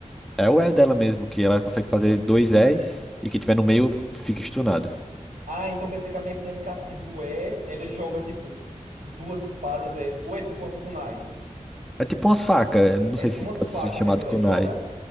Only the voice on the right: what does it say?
Ah, então quer dizer que a mecânica assim do E, ela joga tipo duas espadas, é, ou é tipo umas kunai?
É
tipo
umas
facas,
né, que ela
joga?